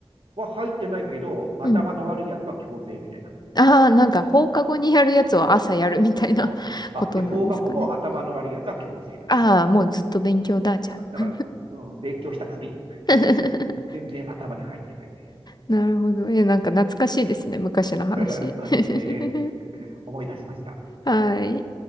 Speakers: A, on the right; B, on the left.
A: は入ってないけど、頭の悪いやつは強制みたいな。
B: うん。ああ、なんか放課後にやるやつは朝やるみたいな
A: うん、
B: <laughs>
A: あ、
B: ことなんですかね。
A: で、放課後も頭の悪いやつは強制なんです。
B: ああ、もうずっと勉強だ、じゃあ。
A: だから、だからうん、勉強したふり。
B: <laughs>
A: 全然頭に入ってない
B: なるほど。え、なんか懐かしいですね。昔の話。
A: という。<laughs> そうですね。
B: <laughs>
A: 思い出しました。
B: はい。